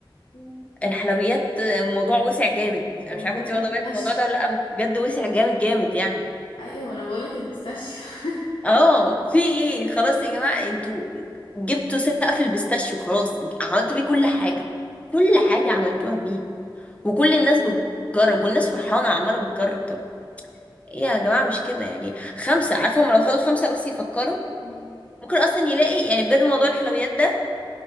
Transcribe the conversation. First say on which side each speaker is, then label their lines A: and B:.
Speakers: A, on the left; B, on the left.
A: مم.
B: الحلويات الموضوع وسع جامد أنا
A: ما
B: مش
A: انا
B: عارفة
A: بقول
B: انت
A: لك
B: واخدة
A: البيستاشيو
B: بالك من الموضوع ده ولا لأ بس بجد وسع جامد جامد يعني
A: ايوه انا بقول لك البيستاشيو <laughs>
B: اه في ايه خلاص يا جماعة انتوا جبتوا سقف البيستاشيو خلاص عملتوا بيه كل حاجة كل حاجة عملتوها بيه وكل الناس بتجرب والناس فرحانة عمالة بتجرب طب ايه يا جماعة مش كده يعني خمسة عارفة هما لو خدوا خمسة بس يفكروا
A: مم.
B: ممكن اصلا يلاقي يعني بجد موضوع الحلويات ده